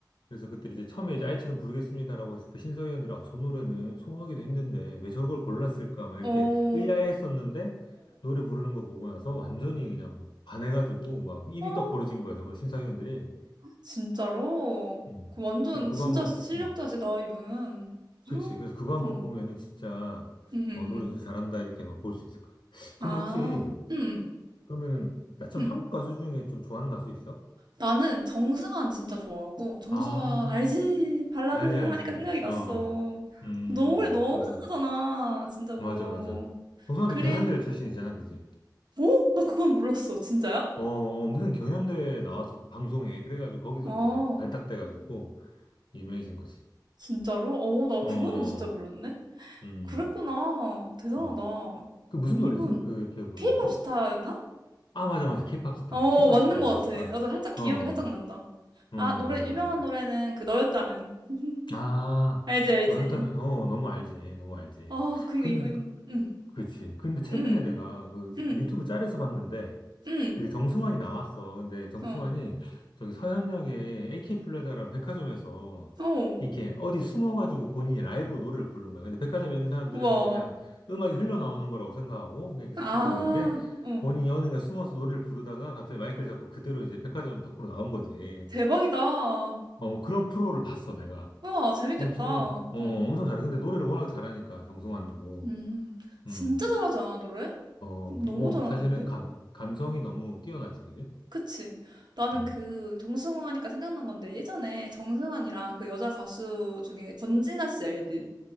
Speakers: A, on the left; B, on the right.
A: 그래서 그때 이제 처음에 이제 아이처럼 부르겠습니다라고 했을 때 심사위원들이 아, 저 노래는 소화하기도 힘든데 왜 저걸 골랐을까 막 이렇게
B: 어, 어,
A: 의아해했었는데 노래 부르는 거 보고 나서 완전히 그냥 반해가지고 막 입이
B: 어.
A: 떡 벌어진 거예요. 전부 다 심사위원들이.
B: 진짜로?
A: 음.
B: 그 완전
A: 그래서 그거
B: 진짜
A: 한번,
B: 실력자시다,
A: 음,
B: 이분.
A: 그치.
B: 응,
A: 그래서 그거 한번
B: 응,
A: 보면은 진짜
B: 응. 응.
A: 어, 노래 진짜 잘한다 이렇게만 볼 수 있을 거야. 근데
B: 아,
A: 혹시
B: 응,
A: 그러면은 나처럼
B: 응.
A: 한국 가수 중에 좀 좋아하는 가수 있어?
B: 나는 정승환 진짜 좋아하고, 정승환,
A: 아,
B: 알지? 발라드
A: 알지, 알지.
B: 하니까 생각이 났어.
A: 어, 음,
B: 노래 너무
A: 정선.
B: 잘하잖아, 진짜로.
A: 맞아, 맞아. 정수환도
B: 그리,
A: 경연대 출신이잖아, 그지?
B: 어? 나 그건 몰랐어. 진짜야?
A: 어, 어, 무슨 경연대회 나왔었어, 방송에. 그래가지고 거기서
B: 아,
A: 이제 발탁돼가지고 유명해진 거지.
B: 진짜로? 어, 나
A: 어,
B: 그거는
A: 어,
B: 진짜 몰랐네?
A: 어. 음,
B: 그랬구나. 대단하다.
A: 음. 그 무슨
B: 이분,
A: 노래지? 그, 걔 부르는
B: 케이팝
A: 게?
B: 스타였나?
A: 아, 맞아, 맞아. 케이팝 스타.
B: 어,
A: 케이팝
B: 맞는
A: 스타에
B: 것
A: 나왔었어.
B: 같아.
A: 맞아.
B: 나도 살짝 기억이
A: 어,
B: 살짝
A: 어,
B: 난다.
A: 음,
B: 아, 노래,
A: 맞아,
B: 유명한
A: 맞아, 맞아.
B: 노래는 그 너였다면. <laughs>
A: 아,
B: 알지, 알지.
A: 너였다면, 어, 너무 알지. 너무 알지.
B: 아, 그니까
A: 근
B: 이거, 이건, 응,
A: 그치. 근데 최근에
B: 응,
A: 내가 그
B: 응,
A: 유튜브 짤에서 봤는데
B: 응,
A: 그 정승환이 나왔어. 근데 정승환이
B: 어,
A: 저기 서현역에 AK 플라자라는 백화점에서
B: 어,
A: 이렇게 어디 숨어가지고 본인이 라이브로 노래를 부른 거야. 근데 백화점에 있는 사람들은
B: 우와.
A: 그냥 음악이 흘러나오는 거라고 생각하고 그냥 계속
B: 아,
A: 듣고 있는데
B: 어,
A: 본인이 어느 날 숨어서 노래를 부르다가 갑자기 마이크를 잡고 그대로 이제 백화점 밖으로 나온 거지.
B: 대박이다.
A: 어, 뭐 그런 프로를 봤어, 내가.
B: 우와, 재밌겠다.
A: 엄청, 어, 어,
B: 응,
A: 엄청 잘해. 근데 노래를 워낙 잘하니까, 정승환도.
B: 음, 진짜
A: 음.
B: 잘하지 않아, 노래?
A: 어,
B: 너무
A: 뭐,
B: 잘하는데?
A: 사실은 감, 감성이 너무 뛰어나지, 그지?
B: 그치? 나는
A: 음.
B: 그 정승환 하니까 생각난 건데 예전에 정승환이랑 그 여자 가수 중에 권진아 씨 알지?